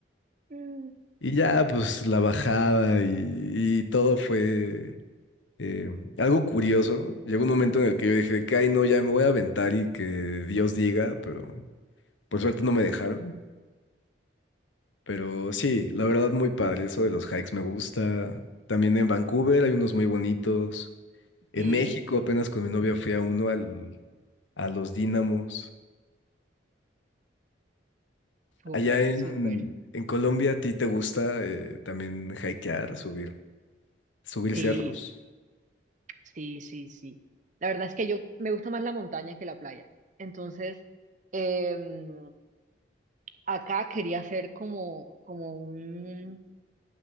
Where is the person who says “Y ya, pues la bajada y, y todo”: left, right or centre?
Left